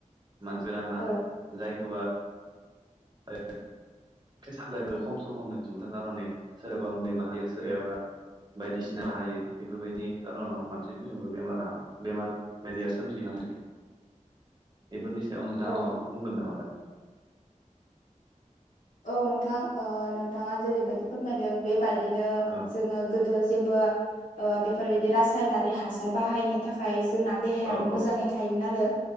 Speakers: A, on the right; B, on the left.
A: मानसिफोरा मा
B: औ
A: होनो जायखौबा आ फिथाइ-सामथाइफोरखौ खम समावनो दिहुननो खारने सोरहाबा मुलि बाहायो सोरहाबा बायदिसिना बाहायो बेफोरबायदि खार'नाव मानसिफोरनियावबो बेमार बायदिया सोमजिनो हमो बेफोरनि सायाव नोंथाङा
B: औ
A: माबाफोर बुंगोन नामा दा
B: औ नोंथां नोंथाङा जेरैबायदि फोरमायदों बेबायदिनो
A: औ
B: जोङो गोदो जेबो बेफोरबायदि रासायनारि हासार बाहायिनि थाखाय जोंना देहायाबो
A: औ
B: मोजाङै थायोमोन आरो